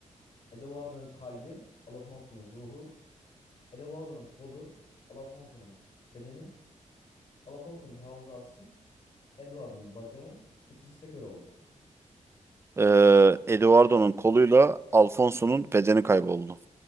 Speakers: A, on the left; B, on the right.
A: Edward'ın kalbi, Alphonso'nun ruhu, Edward'ın kolu, Alphonso'nun bedeni, Alphonso'nun hafızası, Edward'ın bacağı, ikisi de kör oldu.
B: Ee, Eduardo'nun koluyla Alfonso'nun bedeni kayboldu.